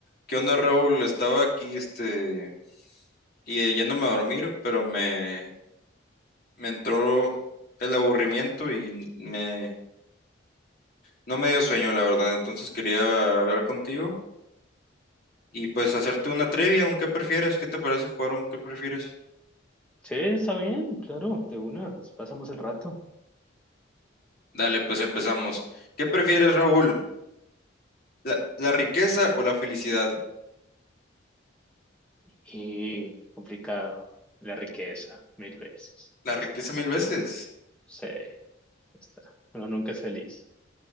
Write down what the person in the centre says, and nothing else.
Sí, está bien, claro, de una, nos pasamos el rato.
Y complicado, la riqueza, mil veces.
Ya
está,
sí, ya está. Uno nunca es feliz.